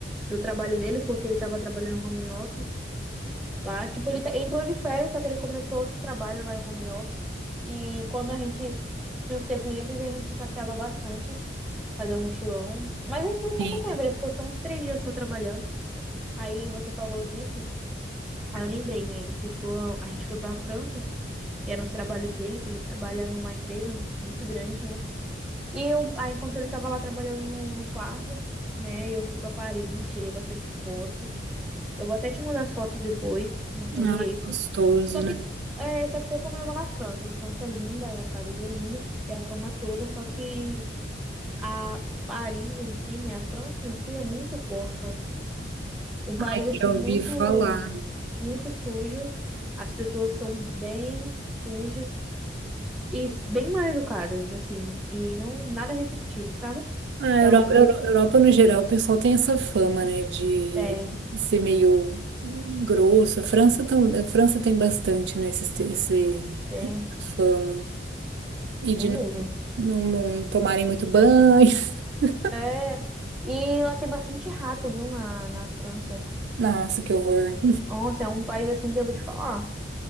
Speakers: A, in the centre; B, on the right (about 70°).
A: Do trabalho dele, porque ele tava trabalhando home office. Lá, tipo, ele te- entrou de férias, só que ele começou outro trabalho lá em home office. E quando a gente tinha os tempos livres, a gente passeava bastante, fazia um mochilão. Mas ele foi pouco
B: Sim.
A: tempo, ele ficou só uns três dias só trabalhando. Aí você falou disso, aí eu lembrei, né? Ele ficou, a gente foi pra França, que eram os trabalhos dele, que ele trabalha numa empresa muito grande, né? E eu, aí enquanto ele tava lá trabalhando no, no quarto, né? Eu fui pra Paris, tirei bastante foto. Eu vou até te mandar as fotos depois, na Torre
B: Ai,
A: Eiffel.
B: gostoso,
A: Só
B: né?
A: que, é, só que tem um problema na França. A França é linda, né? Paris é lindo, tem a fama toda, só que a Paris em si, né? A França em si é muito porca. Um país,
B: Ai,
A: assim,
B: já
A: muito,
B: ouvi falar.
A: muito sujo. As pessoas são bem sujas e bem mal educadas, assim, e não nada receptivo, sabe?
B: A
A: Então,
B: Europa, Europa, no geral, o pessoal tem essa fama, né? De
A: tem,
B: ser meio grosso. A França, tam, a França tem bastante, né? Esse, esse
A: tem,
B: fama. E de
A: tem
B: não,
A: mesmo.
B: não não tomarem muito banho. <laughs>
A: É, e lá tem bastante rato, viu, na, na França.
B: Nossa, que horror.
A: Nossa, é um país assim que eu vou te falar.